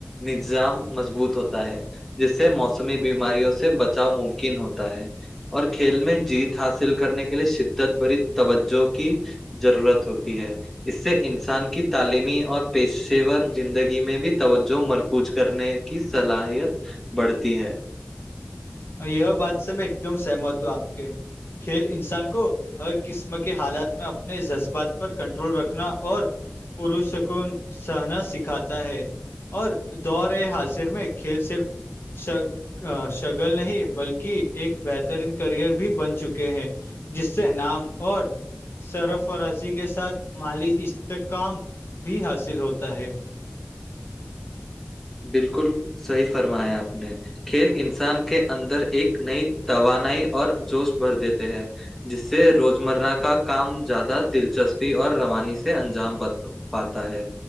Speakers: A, in the centre; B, on the left (about 60°).
A: نظام مضبوط ہوتا ہے جس سے موسمی بیماریوں سے بچاؤ ممکن ہوتا ہے اور کھیل میں جیت حاصل کرنے کے لیے شدت بری توجوں کی ضرورت ہوتی ہے اس سے انسان کی تعلیمی اور پیشے ور زندگی میں بھی توجہ مرکوز کرنے کی صلاحیت بڑھتی ہے
B: یہ بات سے میں ایک دم سہمت ہوں آپ کے کھیل انسان کو ہر قسم کے حالات میں اپنے جذبات پر کنٹرول رکھنا اور پروش کو سہنا سکھاتا ہے اور دور حاضر میں کھیل صرف ش ش ل نہیں بلکہ ایک بہترین کرئر بھی بن چکے ہیں جس سے انعام اور سرفرازی کے ساتھ مالی استحکام بھی حاصل ہوتا ہے
A: بالکل صحیح فرمایا آپ نے کھیل انسان کے اندر ایک نئی توانائی اور جوش بھر دیتے ہیں جس سے روزمرہ کا کام زیادہ دلچسپی اور روانی سے انجام بن پاتا ہے